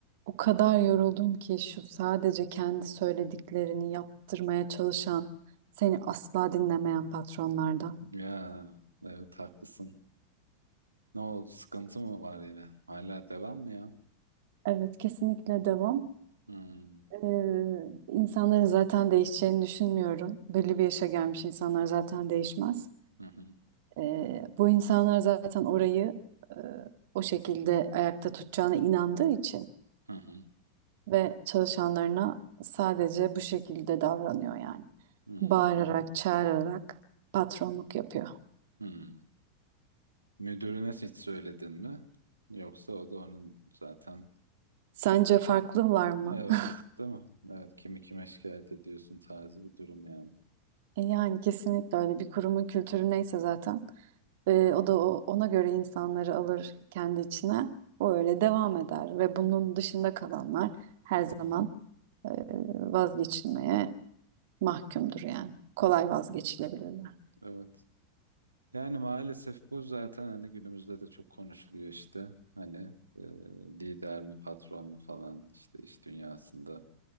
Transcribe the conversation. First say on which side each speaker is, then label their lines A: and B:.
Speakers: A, on the right; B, on the right.
A: O kadar yoruldum ki şu sadece kendi söylediklerini yaptırmaya çalışan, seni asla dinlemeyen patronlardan.
B: Ya evet haklısın. Ne oldu? Sıkıntı mı var yine? Hala devam mı ya?
A: Evet, kesinlikle devam.
B: Hmm,
A: Ee, insanların zaten değişeceğini düşünmüyorum. Belli bir yaşa gelmiş insanlar zaten değişmez.
B: Hı hı.
A: Ee, bu insanlar zaten orayı e, o şekilde ayakta tutacağına inandığı için
B: Hı hı.
A: ve çalışanlarına sadece bu şekilde davranıyor yani.
B: Hmm,
A: Bağırarak, çağırarak patronluk yapıyor.
B: hmm. Müdürüne hiç söyledin mi? Yoksa o da onun zaten
A: Sence farklılar mı?
B: evet
A: <laughs>
B: değil mi? Evet kimi kime şikayet ediyorsun tarzı bir durum yani.
A: E Yani kesinlikle öyle bir kurumun kültürü neyse zaten e,
B: Evet.
A: o da o- ona göre insanları alır kendi içine. O öyle devam eder ve bunun dışında kalanlar her
B: Hı hı.
A: zaman e, vazgeçilmeye mahkumdur yani. Kolay
B: Evet.
A: vazgeçilebilirler.
B: Evet. Yani maalesef bu zaten hani günümüzde de çok konuşuluyor işte. Hani e, lider mi patron mu falan işte iş dünyasında